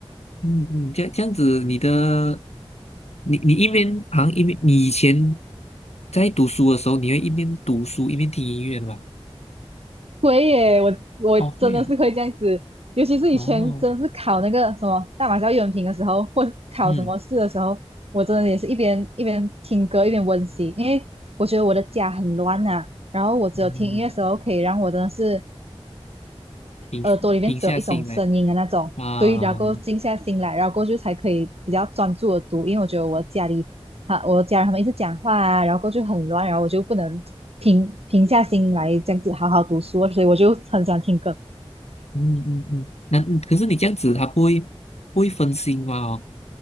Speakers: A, on the left; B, on the right.
A: 嗯嗯，这样这样子，你的你你一边好像一边你以前在读书的时候，你会一边读书一边听音乐的吧？
B: 会耶，我我真的是会这样子，
A: 哦，会啊，
B: 尤其是以前真的是考那个什么大马教育文凭的时候，
A: 哦。
B: 或是考什么试的时候，
A: 嗯。
B: 我真的也是一边一边听歌一边温习，因为我觉得我的家很乱呐，然后我只有听音乐的时候可以让我真的是
A: 嗯，平平下心来
B: 耳朵里面只有一种声音的那种，
A: 啊，
B: 对，然后过后静下心来，然后过后就才可以比较专注的读，因为我觉得我家里啊，我家人他们一直讲话啊，然后过后就很乱，然后我就不能。平平下心来这样子好好读书啊，所以我就很喜欢听歌。
A: 嗯嗯嗯，那嗯可是你这样子，他不会不会分心吗？哦，